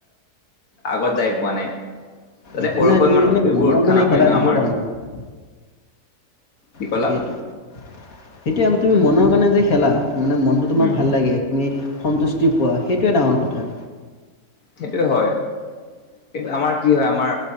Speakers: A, on the left (about 90°); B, on the left (about 70°).
A: আগত যাই পোৱা নাই তাতে
B: একো
A: সৰুৰ
B: নাই
A: পৰা
B: তুমি
A: ইমান
B: মানে
A: এইবোৰ
B: মনৰ
A: উৎসাহ
B: কাৰণে
A: নাপায়
B: খেলা
A: ন
B: সেইটোৱে
A: আমাৰ
B: ডাঙৰ কথা।
A: কি ক'লা
B: তাকেই সেইটোয়ে তুমি মনৰ কাৰণে যে খেলা- মানে মনটো তোমাৰ
A: উম
B: ভাল লাগে। তুমি সন্তুষ্টি পোৱা সেইটোৱে ডাঙৰ কথা।
A: সেইটোয়ে হয় কিন্তু আমাৰ কি হয় আমাৰ